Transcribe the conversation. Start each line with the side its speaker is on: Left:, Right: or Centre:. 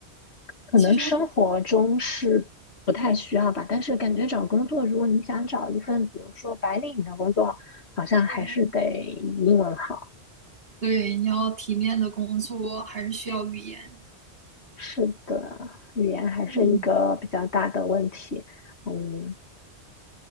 Left: 可能生活中是不太需要吧，
Right: 其实
Left: 但是感觉找工作，如果你想找一份，比如说白领的工作，好像还是得英文好。
Right: 对对，你要体面的工作，还是需要语言。
Left: 是的，语言还是一个比较大的问题。
Right: 嗯。
Left: 嗯，